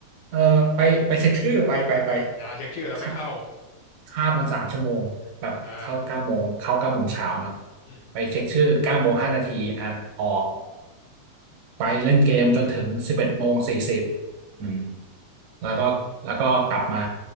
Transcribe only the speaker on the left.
นะเช็คชื่อแล้วไม่เข้า
อ่าอืม
อืม